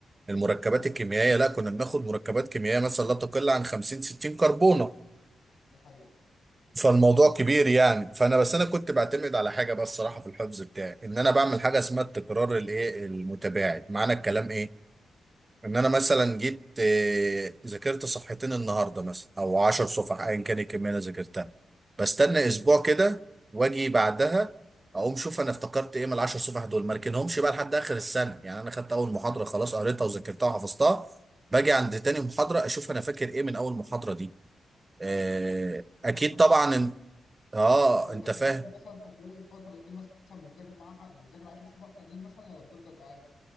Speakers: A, on the right (about 25°); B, on the left (about 70°).
A: المركبات
B: اه
A: الكيميائية لا كنا بناخد مركبات كيميائية مثلا لا تقل عن 50 60 كربونة
B: دي حقيقة
A: فالموضوع كبير يعني فانا بس انا كنت بعتمد على حاجه بس صراحه في الحفظ بتاعي ان انا بعمل حاجه اسمها التكرار الايه المتباعد معنى الكلام ايه ان انا مثلا جيت آه، ذاكرت صفحتين النهارده مثلا او 10 صفح ايا كان الكميه اللي ذاكرتها بستنى
B: ماشي
A: اسبوع كده واجي بعدها اقوم شوف انا افتكرت ايه من ال 10 صفح دول ما اركنهمش بقى لحد اخر السنه يعني انا خدت اول محاضره
B: ايوه
A: خلاص
B: صح
A: قريتها وذاكرتها وحفظتها باجي عند تاني محاضره اشوف انا فاكر ايه من اول محاضره دي آه،
B: ايوه ايوه
A: اكيد
B: حركه حلوه
A: طبعا
B: الصراحه
A: اه
B: طب انت
A: انت
B: في
A: فاهم
B: خلال مثلا في خلال الفتره دي مثلا بتذاكر معاها بتذاكر 10 صفح تانيين مثلا ولا بتفضل قاعد